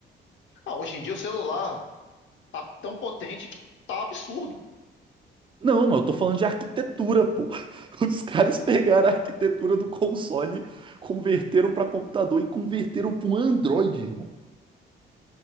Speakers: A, on the left; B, on the right.
A: Ah, hoje em dia o celular tá tão potente que tá absurdo.
B: Não, mas eu tô falando de arquitetura, pô. <laughs> Os caras pegaram a arquitetura do console, converteram pra computador e converteram pra um Android, irmão.